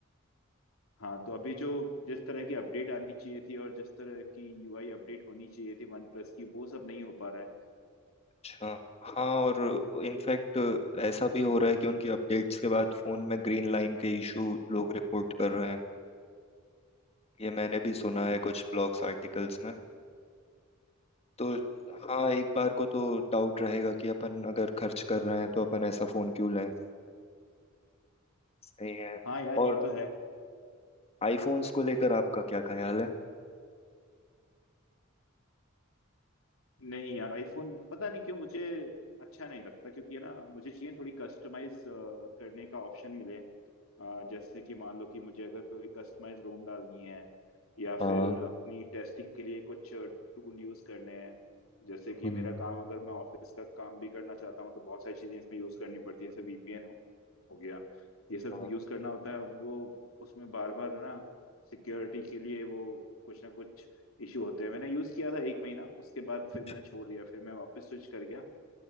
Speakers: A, on the left (about 85°); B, on the left (about 30°).
A: हाँ तो अभी जो जिस तरह की अपडेट आनी चाहिए थी और जिस तरह की यूआई अपडेट होनी चाहिए थी वन प्लस की वो सब नहीं हो पा रहा है
B: अच्छा हाँ और इनफैक्ट ऐसा भी हो रहा है कि उनकी अपडेट्स के बाद फोन में ग्रीन लाइन के इशू लोग रिपोर्ट कर रहे हैं ये मैंने भी
A: हम्म
B: सुना है कुछ ब्लॉग्स आर्टिकल्स में तो हाँ एक बार को तो डाउट रहेगा कि अपन अगर खर्च कर रहे हैं तो अपन ऐसा फोन क्यों लें सही है
A: हाँ यार
B: और
A: ये तो है
B: आईफोन्स को लेकर आपका क्या ख्याल है
A: नहीं यार आईफोन पता नहीं क्यों मुझे अच्छा नहीं लगता क्योंकि है ना मुझे चाहिए थोड़ी कस्टमाइज करने का ऑप्शन मिले अ, जैसे कि मान लो कि मुझे अगर कोई कस्टमाइज रोम डालनी है या
B: हाँ
A: फिर अपनी टेस्टिंग के लिए कुछ टूल यूज करने हैं जैसे कि
B: हाँ
A: मेरा काम अगर मैं ऑफिस का काम भी करना चाहता हूँ तो बहुत सारी चीजें इसमें यूज करनी पड़ती है जैसे वीपीएन हो गया ये सब
B: हाँ
A: यूज करना होता है वो उसमें बार बार ना सिक्योरिटी के लिए वो कुछ ना कुछ इशू होते हैं मैंने यूज किया था एक महीना उसके बाद फिर
B: अच्छा,
A: मैंने छोड़ दिया फिर मैं वापस स्विच कर गया